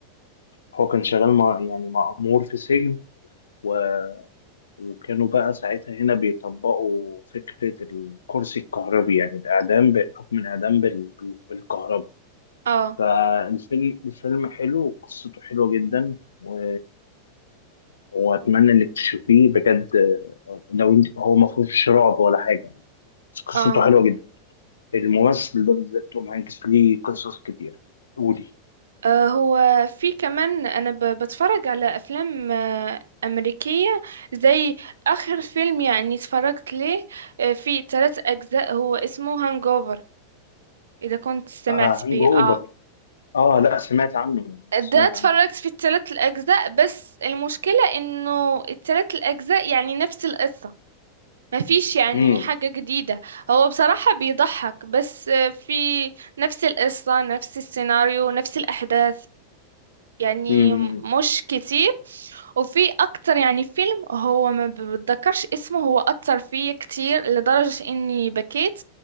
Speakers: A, on the left; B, on the right.
A: هو كان شغال مع يعني مأمور في سجن و- وكانوا بقى ساعتها هنا بيطبقوا فكرة الكرسي الكهربي يعني الإعدام بحكم الإعدام بال- بال- بالكهرباء
B: اه
A: فالفيلم الفيلم حلو وقصته حلوة جدا و... وأتمنى إنك تشوفيه بجد لو انت هو ما فيهوش رعب ولا حاجة بس قصته
B: اه
A: حلوة جدا الممثل ده بالذات توم هانكس ليه قصص كتير قولي
B: آه، هو في كمان انا ب- بتفرج على افلام آه، امريكيه زي اخر فيلم يعني اتفرجت ليه آه، في ثلاث اجزاء هو اسمه هانجوفر اذا كنت سمعت
A: آه هانج
B: بيه
A: أوفر
B: اه
A: آه لا سمعت عنه سمعت
B: ده اتفرجت
A: عنه
B: في الثلاث الاجزاء بس المشكله انه الثلاث الاجزاء يعني نفس القصه ما فيش يعني
A: مم.
B: حاجه جديده هو بصراحه بيضحك بس آه، في نفس القصه نفس السيناريو نفس الاحداث يعني
A: مم.
B: مش كتير وفي اكتر يعني فيلم هو ما ب- بتذكرش اسمه هو اثر فيا كتير لدرجة اني بكيت